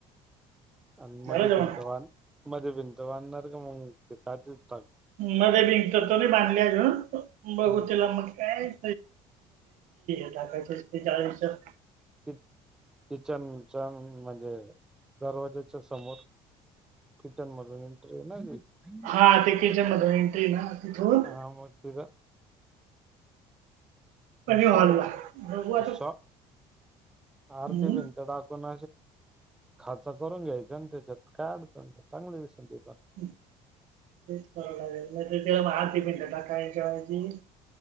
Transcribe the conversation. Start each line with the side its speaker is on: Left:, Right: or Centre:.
Centre: आणि
Right: झालं
Centre: मधे
Right: जेवण
Centre: भिंत <unintelligible> मधे भिंत <unintelligible>
Right: मध्ये भिंत कधी बांधलीय गं
Centre: टाकणार
Right: बघू तिला मग काय <unintelligible> टाकायचं ते चाळीसचं.
Centre: <unintelligible> म्हणे दरवाज्याच्या समोर किचन मधून एंट्री नाही नाही का?
Right: हा ते किचनमध मधून एन्ट्री आहे ना. तिथून
Centre: हा मोत तुझ.
Right: पण
Centre: शॉर्ट
Right: हॉलला बघू आता
Centre: शॉर्ट अर्धी
Right: हम्म
Centre: भिंत टाकवून खाचा करून घ्यायचा त्याच्यात कायड चांगले दिसते.
Right: तेच पाहावं लागेल ना ते. त्याला म हाती <unintelligible>